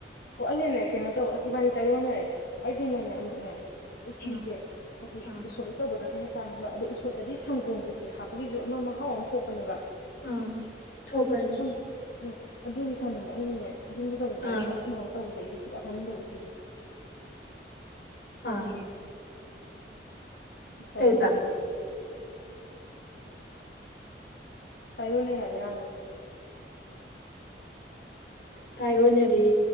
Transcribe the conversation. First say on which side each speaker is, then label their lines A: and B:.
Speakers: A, on the left; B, on the left.
A: ꯑꯣ ꯑꯩꯅꯅꯦ ꯀꯩꯅꯣ ꯇꯧꯕ ꯑꯁ ꯏꯕꯥꯅꯤ ꯇꯥꯏ ꯍꯣꯟꯅꯔꯦ ꯑꯩꯒꯤꯅꯅꯦ ꯑꯃꯨꯛꯅꯦ ꯎꯇꯤꯖꯦ
B: ꯎꯝ
A: ꯍꯥꯏꯇ
B: ꯎꯝ
A: ꯎ ꯁꯕ ꯇꯧꯕꯗꯨꯅ ꯍꯦꯛ ꯆꯥꯅꯤꯡꯕ ꯑꯗꯨ ꯎꯁꯣꯠꯇꯗꯤ ꯁꯪꯒꯣꯝ ꯀꯩꯀꯩ ꯍꯥꯞꯄꯒꯤꯁꯨ ꯑꯃ ꯃꯍꯥꯎ ꯑꯃ ꯊꯣꯛꯄꯅꯦꯕ
B: ꯎꯝ ꯊꯣꯛꯄꯅꯤ ꯊꯣꯛꯄꯅꯤ
A: ꯍ ꯎꯝ ꯑꯗꯨꯒꯤ ꯆꯥꯅꯤꯡꯕ ꯑꯩꯅꯅꯦ ꯌꯨꯝꯗ ꯇꯧꯕꯁ ꯁꯥꯥꯅꯤꯡꯗ
B: ꯑꯥ
A: ꯑꯩ ꯁꯨꯃꯅ ꯇꯧꯕꯁꯦ ꯑꯩꯗꯤ ꯁꯛ ꯑꯁꯥꯅꯤꯡꯗ ꯎꯇꯤꯁꯦ
B: ꯑꯥ
A: ꯇꯂꯦ
B: ꯀꯩꯕ
A: ꯍꯣꯏꯕꯦ ꯇꯥꯏꯌꯅꯩ ꯍꯥꯏꯕ ꯌꯥꯝꯅ
B: ꯇꯥꯏꯣꯟꯅꯔꯦ